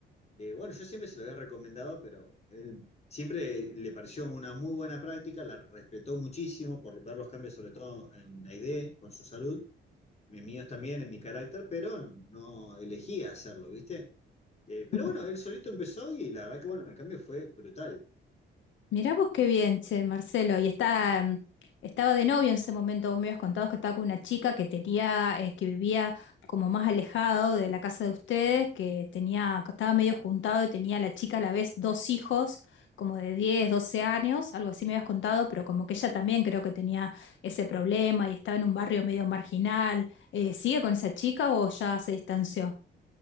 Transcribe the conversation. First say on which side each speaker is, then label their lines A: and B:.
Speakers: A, on the left; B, on the left.
A: eh, bueno, yo siempre se lo había recomendado, pero él siempre le pareció una muy buena práctica, la respetó muchísimo por ver los cambios, sobre todo en la ID, con su salud mis míos también en mi carácter, pero no elegía hacerlo, ¿viste? Eh, pero
B: Ujú.
A: bueno, él solito empezó y la verdad que bueno, el cambio fue brutal.
B: Mirá vos qué bien, che, Marcelo. Y está, mm, estaba de novio en ese momento. Vos me habías contado que estaba con una chica que tenía, eh, que vivía como más alejado de la casa de ustedes, que tenía, que estaba medio juntado y tenía la chica a la vez dos hijos, como de 10, 12 años, algo así me habías contado, pero como que ella también creo que tenía ese problema y estaba en un barrio medio marginal. Eh, ¿sigue con esa chica o ya se distanció?